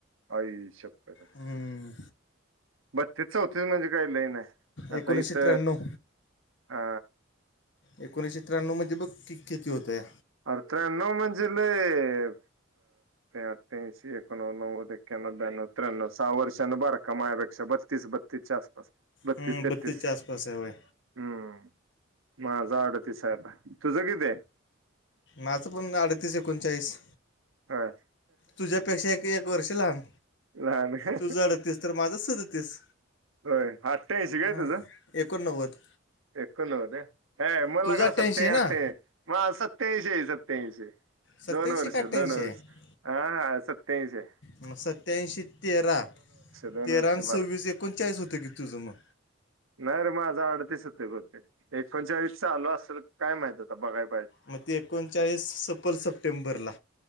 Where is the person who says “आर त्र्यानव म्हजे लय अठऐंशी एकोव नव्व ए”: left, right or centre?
Right